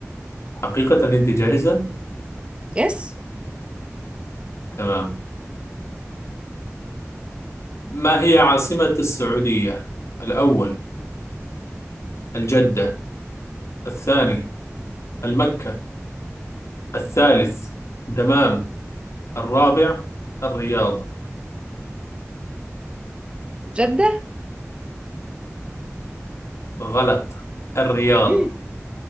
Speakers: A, on the left; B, on the right.
A: حقيقة أنت جاهزة؟
B: يس
A: تمام ما هي عاصمة السعودية؟ الأول الجدة الثاني المكة الثالث دمام الرابع الرياض
B: جدة
A: غلط الرياض
B: مم.